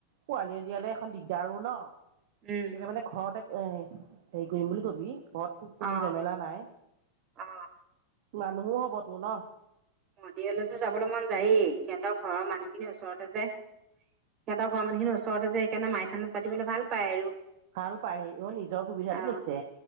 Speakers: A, on the right; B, on the right.
A: ছোৱালী জিহলেও এখন দিগদাৰো ন।
B: উম
A: কে মানে ঘৰতে- উম সেই- কৰিম বুলি কবি। ঘৰতটো কোনো
B: অ
A: ঝামেলা নাই।
B: অ
A: মানুহো হ'ব তু নহ?
B: মন্দিৰলৈ তো যাবলৈ মন যায়েই। সিহঁতৰ ঘৰৰ মানুহখিনি ওচৰতে যে, সিহঁতৰ ঘৰ-মানুহখিনি ওচৰতে যে, সেইকাৰণে মা- খনত পাতিবলে ভাল পায় আৰু। অ
A: ভাল পায় নিজৰ সুবিধাটো লৈছে